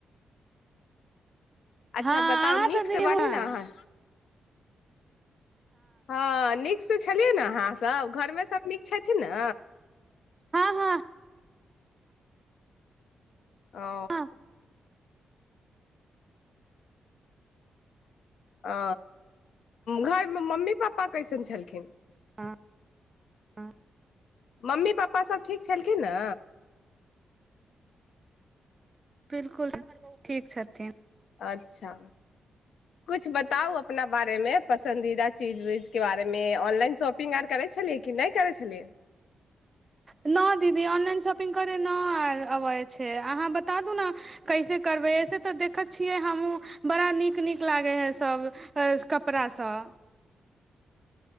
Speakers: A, on the left; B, on the right.
A: अच्छा
B: हँ
A: बताउ
B: अहाँ
A: नीकसँ
B: तऽ दीदी हँ
A: बा नी ने अहाँके हँ निक पुछलियै ने अहाँ सब घरमे सब नीक छथिन ने
B: हँ हँ हँ
A: ओ
B: हँ
A: आ घरमे मम्मी पापा कैसन छलखिन
B: हँ हँ
A: मम्मी पप्पा सब ठीक छलखिन ने
B: बिलकुल ठीक छथिन
A: अच्छा कुछ बताउ अपना बारे में पसंन्दीदा चीज उज के बारे मे ऑनलाइन शॉपिंग आर करे छलि कि नहि करै छलियै
B: नहि दीदी ऑनलाइन शॉपिंग करै नहि अबै छै अहाँ बता दू ने कैसे करबै एहिस तऽ देखैत छियै हमहुँ बड़ा नीक नीक लागै ह सब कपड़ासभ